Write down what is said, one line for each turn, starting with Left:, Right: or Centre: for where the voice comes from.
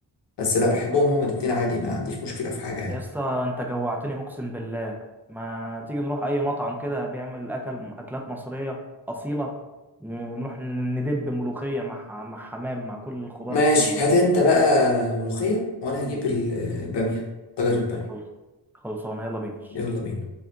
Left: بس لا بحبهم هما الاتنين عادي ما عنديش مشكله في حاجه يعني
Centre: يا اسطى انت جوعتني اقسم بالله ما تيجي نروح اي مطعم كده بيعمل اكل اكلات مصريه اصيله ونروح ندب ملوخيه مع مع حمام مع كل الخضار
Left: ماشي
Centre: الحلو ده
Left: هات انت بقى ملوخيه وانا هجيب الباميه طاجن الباميه
Centre: خلص خلصانه يلا بينا
Left: يلا بينا